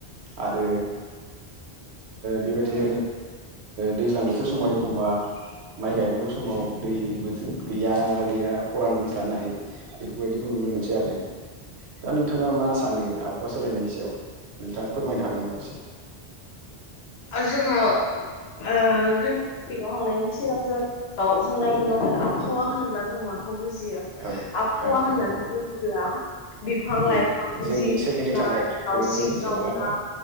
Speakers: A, on the right; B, on the left.
A: आरो। बेबायदिनो दैज्लां बोथोर समाव एखमबा माइ गायनांगौ समाव दै बो गैया मा गैया खरान जानाय बेफोरबायदिखौ नु- नो मोनसै आरो दा नोंथाङा मा सानो? आबहावा सोलायनायनि सायाव नोंथाङा फोरमायनो हागोन नामा एसे
B: जोङो <unintelligible> सिगां जों आव जोङो नायग्रोनांगोन आबहावा होनोब्ला जों मा खौ बुजियो
A: औ
B: आबहावा
A: औ
B: होननानै
A: औ
B: बुङोब्ला बिफां लाइफां
A: उम जोंनि
B: जिब जुनार
A: सोरगिदिं थानायखौनो
B: दाउसिन
A: जों बुजियो
B: दाउला
A: नङा होमबा